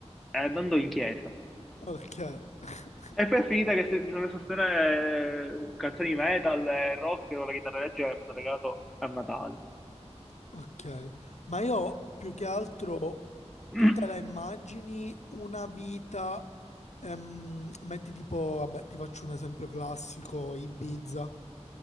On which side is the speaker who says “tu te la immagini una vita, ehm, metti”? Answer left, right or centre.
Left